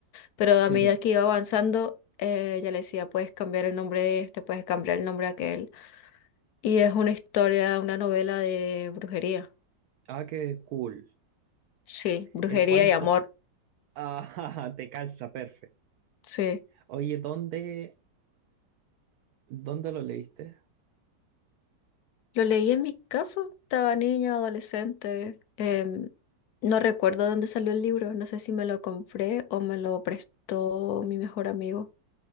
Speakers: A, on the left (about 70°); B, on the right (about 70°).
A: pero a
B: <laughs>
A: medida que iba avanzando, eh, ella le decía, puedes cambiar el nombre de este, puedes cambiar el nombre de aquel. Y es una historia, una novela de brujería.
B: Ah, qué cool.
A: Sí, brujería
B: Eh, ¿cuánto?
A: y amor.
B: Ah, <laughs> te calza, perfecto.
A: Sí.
B: Oye, ¿dónde, dónde lo leíste?
A: Lo leí en mi casa, estaba niña, adolescente. em, no recuerdo dónde salió el libro, no sé si me lo compré o me lo prestó mi mejor amigo,